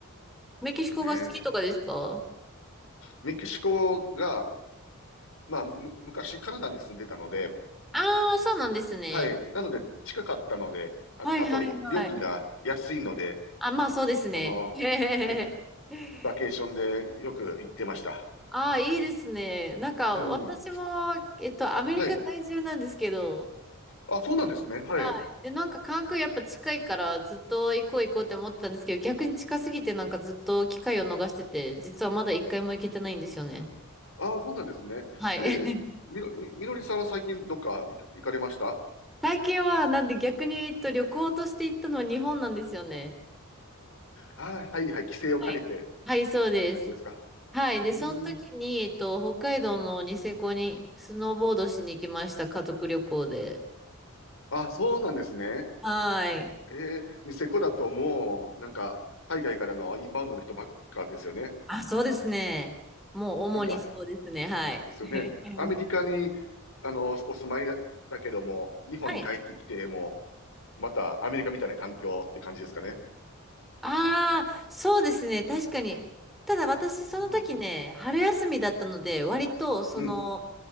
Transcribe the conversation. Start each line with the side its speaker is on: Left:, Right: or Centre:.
Centre: メキシコが好きとかですか
Left: すね。メキシコが、まあ、む、昔カナダに住んでたので、
Centre: ああー、そうなんですね。
Left: はい。なので近かったので、あ、
Centre: はいはいはい。
Left: あと料金が安いので、
Centre: あ、まあそうですね。
Left: あの、
Centre: <laughs> へ
Left: ね
Centre: へへへ
Left: バケーションでよく行ってました。
Centre: ああ、いいですね。なんか私も、
Left: うん。
Centre: えっと、アメリカ在住なんですけど、
Left: はい。あ、そうなんですね。はい。
Centre: はい。で、なんか関空やっぱ近いからずっと行こう行こうって思ってたんですけど、逆に近すぎてなんかずっと機会を逃してて、実はまだ一回も行けてないんですよね。
Left: あ、そうなんですね。
Centre: はい。
Left: えー、
Centre: <laughs>
Left: みの、み、みのりさんは最近どっか行か、行かれました
Centre: 最近はなんで逆に、えっと、旅行として行ったのは日本なんですよね。
Left: あ、はいはい。帰省を兼ねてっ
Centre: はい。はい、そうです。
Left: て感じですか
Centre: はい。
Left: うーん。
Centre: で、その時に、えっと、北海道のニセコにスノーボードしに行きました。家族旅行で。
Left: あ、そうなんですね。
Centre: はい。
Left: えー、ニセコだともう、なんか、海外からのインバウンドの人ばっかですよね。
Centre: あ、そうですね。もう主にそうですね。
Left: なんか、
Centre: はい。
Left: ですよね。
Centre: <laughs>
Left: アメリカに、あの、お住まいだけども、日本に帰ってきて、
Centre: はい。
Left: もう、またアメリカみたいな環境って感じですかね。
Centre: ああ、そうですね。確かに。ただ私、その時ね、
Left: うん。
Centre: 春休みだったので、割と、その、
Left: うん。